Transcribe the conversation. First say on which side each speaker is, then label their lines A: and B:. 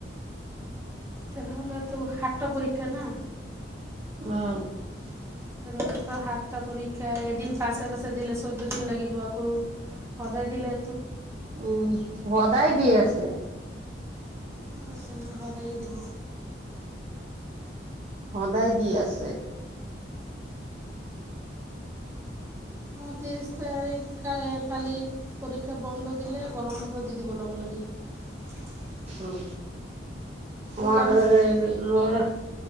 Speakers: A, on the right; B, on the right.
A: তেনেহলেটো সাতটা পৰীক্ষা না?
B: <unintelligible>
A: তেনেহলেটো সাতটা পৰীক্ষা এদিন পাছে- পাছে দিলে চৈধ্য দিন লাগিব আকৌ সদায় দিলে
B: উম, সদায় দি আছে।
A: অ, তেনেহলে সদায়েই দিব।
B: সদায় দি আছে।
A: অ, ত্ৰিছ তাৰিখ কায়ে কালি পৰীক্ষা বন্ধ দিলে গৰম বন্ধ দি দিব লগে-লগে। দি <unintelligible>
B: উম, আমাৰ
A: কাম
B: দৰে সেই ল'ৰা